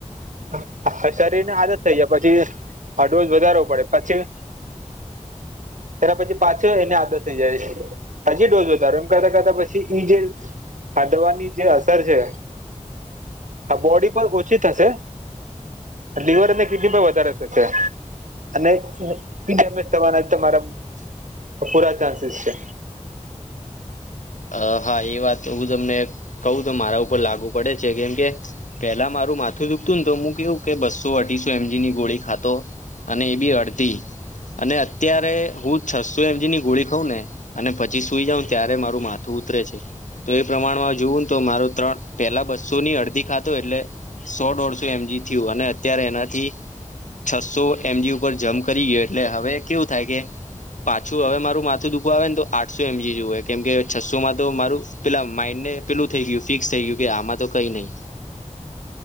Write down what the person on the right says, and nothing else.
<inaudible> અસર આદત થઈ જાય પછી હ ડોઝ વધારવો પડે પછી તેના પછી પાછો એને આદત થઈ <inaudible> જાય. હજી ડોઝ વધારો એમ કરતા કરતા પછી ઈ જે હા દવાની જે અસર છે આ બોડી પર ઓછી થશે લિવર <inaudible> અને કિડની પણ વધારે થશે <inaudible> અને ડેમેજ થવાના તમારા પૂરા ચાન્સીસ છે.